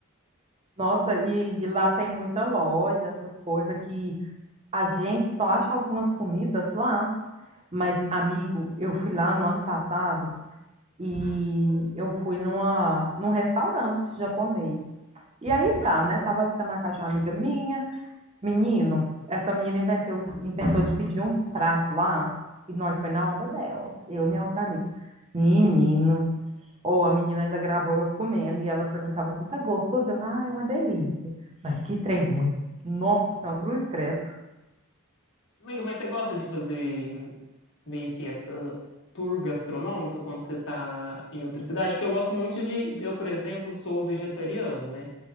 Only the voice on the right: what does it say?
Nossa, e, e lá tem muita loja, essas coisas que a gente só acha algumas comidas lá. Mas, amigo, eu fui lá no ano passado e eu fui numa, num restaurante japonês. E aí tá, né? Tava ficando na casa de uma amiga minha. Menino, essa menina inventou, inventou de pedir um prato lá e nós foi na onda dela, eu e minha outra amiga. Menino, ou a menina ainda gravou eu comendo e ela perguntava assim: tá gostoso? Eu, ah, é uma delícia. Mas que trem ruim. Nossa Senhora, cruz credo.